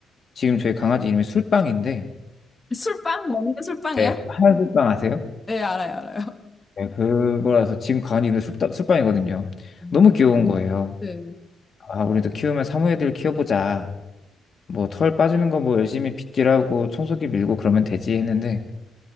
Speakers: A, on the left; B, on the left.
A: 지금 저희 강아지 이름이 술빵인데
B: 술빵? 먹는 술빵이요?
A: 네, 하얀 술빵 아세요?
B: 네, 알아요, 알아요.
A: 네, 그거라서 지금 강아지 이름이 술, 술빵이거든요.
B: 음.
A: 너무 귀여운 거예요.
B: 네.
A: 아, 우리도 키우면 사모예드를 키워보자. 뭐 털 빠지는 거 뭐 열심히 빗질하고 청소기 밀고 그러면 되지 했는데